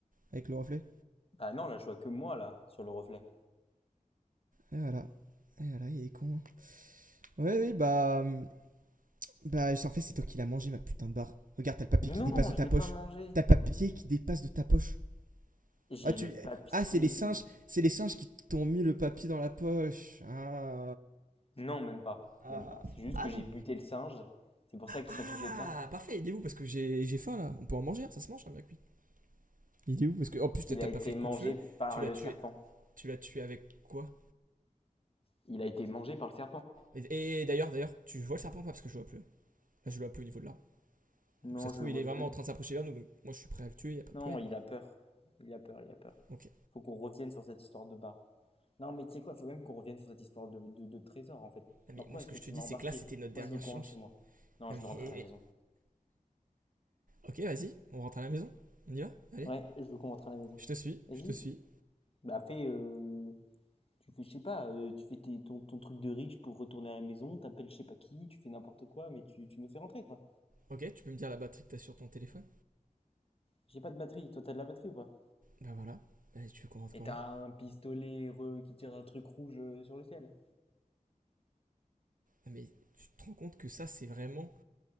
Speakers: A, on the right (about 70°); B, on the left (about 40°).
A: Avec le reflet.
B: Bah non, là, je vois que moi, là, sur le reflet.
A: Et voilà. Et voilà, il est con. hein. Ouais, oui, bah. hum, Bah, en fait, c'est toi qui l'as mangé, ma putain de barre. Regarde, t'as le papier
B: Non,
A: qui dépasse de
B: je
A: ta
B: l'ai
A: poche.
B: pas mangé.
A: T'as le papier qui dépasse de ta poche.
B: J'ai
A: Ah, tu.
B: le papier
A: Ah, c'est les singes.
B: qui...
A: C'est les singes qui t'ont mis le papier dans la poche. Ah.
B: Non, même pas,
A: Ah,
B: même pas. C'est juste
A: Ah,
B: que j'ai
A: non.
B: buté le singe. C'est pour ça qu'ils
A: Ah,
B: sont tous éteints.
A: parfait, il est où Parce que j'ai j'ai faim là. On peut en manger, hein, ça se mange, un hein, bien cuit. Il est où Parce que, en plus, t'as
B: Il a été
A: pas fait de
B: mangé
A: coup de feu.
B: par
A: Tu l'as
B: le
A: tué.
B: serpent.
A: Tu l'as tué avec quoi
B: Il a été mangé par le serpent.
A: Et, et d'ailleurs, d'ailleurs, tu vois le serpent ou pas Parce que je le vois plus. Là, je le vois plus au niveau de l'arbre.
B: Non,
A: Donc ça se
B: je
A: trouve,
B: le vois
A: il est vraiment
B: plus.
A: en train de s'approcher vers nous. Donc moi, je suis prêt à le tuer, y a pas de
B: Non,
A: problème.
B: il a peur. Il a peur, il a peur.
A: Ok.
B: Faut qu'on revienne sur cette histoire de bar. Non, mais tu sais quoi, faut même qu'on revienne sur cette histoire de, de, de trésor en fait.
A: Non, mais
B: Dans quoi
A: moi, ce
B: est-ce
A: que
B: que
A: je
B: tu
A: te dis,
B: m'as embarqué?
A: c'est que là, c'était notre
B: Moi,
A: dernière
B: je veux qu'on
A: chance.
B: rentre chez moi. Non,
A: Non,
B: je
A: mais.
B: veux rentrer
A: eh,
B: à la maison.
A: eh. Ok, vas-y, on rentre à la maison. On y va Allez.
B: Ouais, je veux qu'on rentre à la maison.
A: Je te suis,
B: Vas-y.
A: je te suis.
B: Bah fais, euh, tu fais, je sais pas, euh, tu fais tes- ton, ton truc de riche pour retourner à la maison, t'appelles je sais pas qui, tu fais n'importe quoi, mais tu, tu nous fais rentrer quoi.
A: Ok, tu peux me dire la batterie que t'as sur ton téléphone
B: J'ai pas de batterie, toi t'as de la batterie ou pas?
A: Bah voilà. Allez, tu veux qu'on rentre
B: Et
A: comment
B: t'as un pistolet re, qui tire un truc rouge euh, sur le ciel.
A: Non, mais tu te rends compte que ça, c'est vraiment.